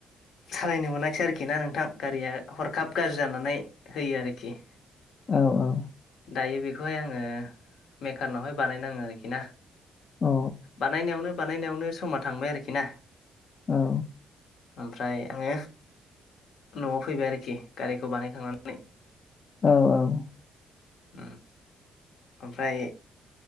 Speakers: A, on the left (about 70°); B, on the left (about 45°).
A: सालायनो मोनाखिसै आरोखि ना नोंथां गारिया हरखाब गाज्रि जानानै होयो आरोखि।
B: औ औ
A: दायो बेखौहाय आङो मेकारनावहाय बानायनाङो आरोखि ना।
B: औ
A: बानायनायावनो बानायनायावनो समा थांबाय आरोखि ना
B: औ
A: ओमफ्राय आङो न'आव फैबाय आरोखि गारिखौ बानायखांनानै।
B: औ औ
A: ओम ओमफ्राय